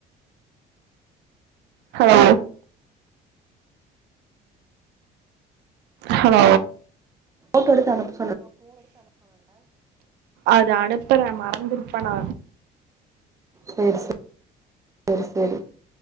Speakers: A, on the right (about 80°); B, on the right (about 20°).
A: ஹலோ ஹலோ
B: ஓட்டோ எடுத் அனுப்பு
A: அது அனுப்பறேன் மறந்திருப்பேன் நா
B: செரி செரி செரி செரி